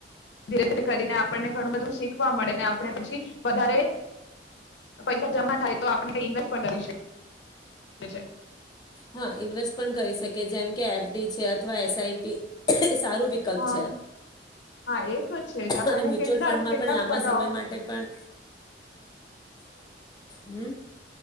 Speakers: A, on the left; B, on the left.
A: ધીરે ધીરે કરીને આપણને ઘણું બધું શીખવા મળે ને આપણે પછી વધારે પૈસા જમા થાય તો આપણે કઈ ઇન્વેસ્ટ પણ કરી શકીએ છે.
B: હા ઇન્વેસ્ટ પણ કરી શકયે જેમ કે એફ ડી છે અથવા એસ આઈ પી. એ સારું વિકલ્પ
A: હા
B: છે
A: હા એ તો છે જ આપણને
B: અને મ્યુચ્યુઅલ
A: કેટલા
B: ફંડમાં
A: કેટલા
B: પણ લાંબા
A: બધા
B: સમય માટે પણ હમમ